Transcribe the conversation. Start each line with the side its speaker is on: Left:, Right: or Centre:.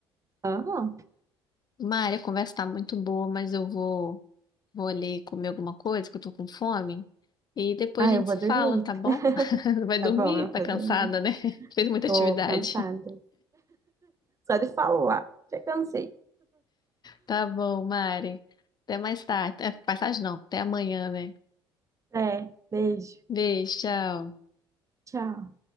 Right: Aham.
Left: Mária, a conversa tá muito boa, mas eu vou... Vou ali comer alguma coisa, que eu tô com fome. E depois
Right: Ah,
Left: a gente
Right: eu vou
Left: se
Right: dormir.
Left: fala, tá bom? <laughs> Vai dormir?
Right: Tá bom, eu
Left: Tá
Right: vou
Left: cansada,
Right: dormir.
Left: né? <laughs> Fez muita
Right: Tô
Left: atividade.
Right: cansada. Só de falar. Já cansei.
Left: Tá bom, Mari. Até mais tarde. É, passagem não, até amanhã, né?
Right: É, beijo.
Left: Beijo, tchau.
Right: Tchau.